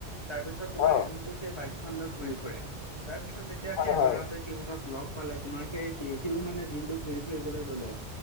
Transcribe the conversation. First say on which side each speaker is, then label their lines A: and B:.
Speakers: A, on the left (about 25°); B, on the left (about 55°).
A: তাৰপিছত তোমাৰ
B: অ
A: দিনতো সেই বাইক - সেইখন লৈ ঘূৰি ফুৰে তাৰ পিছত যেতিয়া
B: হয়
A: সেই
B: হয়
A: ল'ৰাটোৱে - সিহঁতক লগ পালে তোমাৰ সেই সি সিও মানে দিনটো ঘূৰি ফুৰিবলৈ ললে -